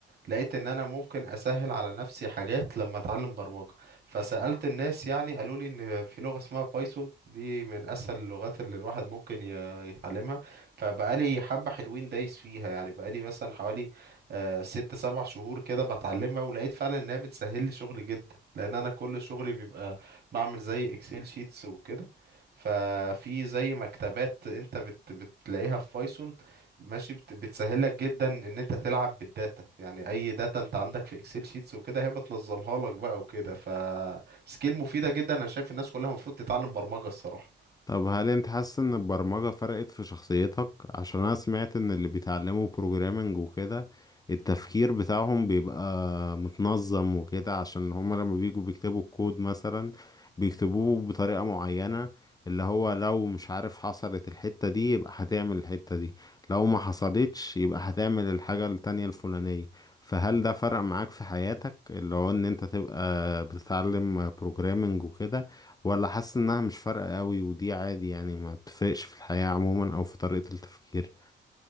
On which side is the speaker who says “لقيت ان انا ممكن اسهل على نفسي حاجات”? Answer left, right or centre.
Right